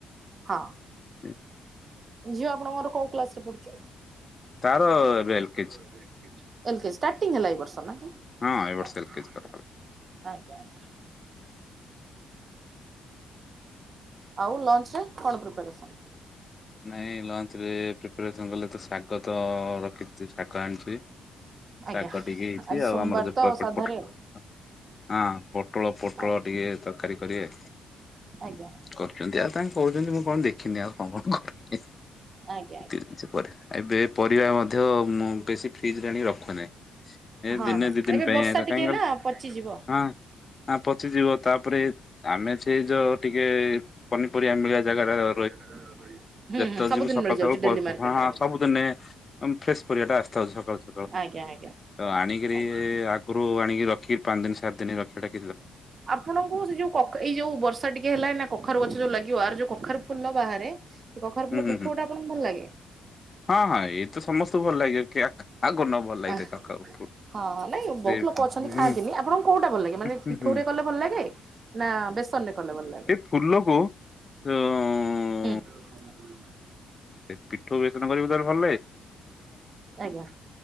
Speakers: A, on the right (about 45°); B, on the left (about 30°).
A: ହଁ।
B: <inaudible>
A: ଝିଅ ଆପଣର କୋଉ କ୍ଲାସରେ ପଢୁଛି।
B: ତାର ଏବେ ଏଲ କେଜି
A: <inaudible> ଏଲକେଜି ଷ୍ଟାଟିଙ୍ଗ ହେଲା ଏ ବର୍ଷ ମାନେ <inaudible>
B: ହଁ ଏ ବର୍ଷ
A: ଆଜ୍ଞା
B: ଏଲ କେଜି କରାହବ।
A: ଆଜ୍ଞା। ଆଉ ଲଞ୍ଚ ରେ କଣ ପ୍ରିପାରେସନ୍।
B: ନାଇଁ ଲଞ୍ଚ ରେ ପ୍ରିପାରେସନ କଲେ ତ ଶାଗ ତ ରଖି ଶାଗ ଆଣିଛି।
A: ଆଜ୍ଞା
B: ଶାଗ ଟିକେ ହେଇଛି
A: ଆଜି
B: ଆଉ
A: ସୋମବାର
B: ଆମର ଯୋଉ
A: ତ
B: <inaudible> ହଁ
A: ସାଧାରେ
B: ପୋଟଳ ପୋଟଳ
A: ଆଜ୍ଞା
B: ଟିକେ ତରକାରୀ କରିବେ।
A: ଆଜ୍ଞା।
B: କରୁଚନ୍ତି ଆଉ ତାଙ୍କ କହୁଛନ୍ତି ମୁଁ କଣ ଦେଖିନି ଆଉ କଣ କଣ କରୁକି
A: ଆଜ୍ଞା।
B: କିଛି ପରେ। ଏବେ ପରିବା ମଧ୍ୟ ମୁଁ ବେଶୀ ଫ୍ରିଜରେ ଆଣିକି ରଖୁନାହିଁ। ଏ
A: ହଁ
B: ଦିନେ
A: ହଁ
B: ଦିଇ ଦିନ
A: ଏବେ
B: ପାଇଁ
A: ବର୍ଷା
B: କାହିଁ
A: ଟିକେ
B: କ
A: ନା ପଚିଯିବ।
B: ହଁ। ହ ପଚିଯିବ ତାପରେ ଆମେ ସେଇ ଯୋଉ ଟିକେ ପନି ପରିବା ମିଳିବା ଜାଗାର
A: <unintelligible>
B: ଯେତେଳେ
A: ସବୁଦିନ
B: ଯିବୁ ସକାଳୁ
A: ମିଳିଯାଉଛି
B: ସକାଳୁ
A: ଡେଲି
B: ହଁ
A: ମାର୍କେଟରେ।
B: ହଁ ସବୁ ଦିନେ ଫ୍ରେଶ ପରିବାଟା ଆସିଥାଉଛି ସକାଳୁ ସକାଳୁ।
A: ଆଜ୍ଞା ଆଜ୍ଞା।
B: ତ ଆଣିକିରି
A: ଆଜ୍ଞା।
B: ଆଗରୁ ଆଣିକି ରଖି ପାଞ୍ଚ ଦିନ ସାତ ଦିନ ରଖିବା ଟା
A: ଆପଣଙ୍କୁ ସେ ଯୋଉ ଏଇ ଯୋଉ ବର୍ଷା ଟିକେ ହେଲା ନା କଖାରୁ ଗଛ ଯୋଉ ଲାଗିବ ଆର ଯୋଉ କଖାରୁ ଫୁଲ ବାହାରେ। କଖରୁ
B: ହୁଁ
A: ଫୁଲ
B: ହୁଁ
A: ପିଠଉଟା
B: ହୁଁ
A: ଆପଣଙ୍କୁ ଭଲ ଲାଗେ।
B: ହଁ ହଁ ଏଇ ତ ସମସ୍ତଙ୍କୁ ଭଲ ଲାଗିବ କି ଆ ଆଉ କଉନ ଭଲ ଲାଗିଥାଏ
A: ଆଃ
B: <inaudible>
A: ହଁ ହଁ ନାଇଁ
B: ଯେ
A: ବହୁତ ଲୋକ
B: ହୁଁ
A: ଅଛନ୍ତି ଖାଆନ୍ତିନି
B: ହୁଁ
A: ଆପଣଙ୍କୁ କୋଉଟା ଭଲ ଲାଗେ ମାନେ
B: ହୁଁ
A: ପିଠୋଉରେ।
B: ହୁଁ
A: ଲେ ଭଲ ଲାଗେ ନା ବେସନ ରେ କଲେ ଭଲ ଲାଗେ।
B: ସେ ଫୁଲ କୁ <unintelligible>
A: <unintelligible>
B: ପିଠଉ ବେସନ କରିବୁ ତାହେଲେ ଭଲ
A: ଆଜ୍ଞା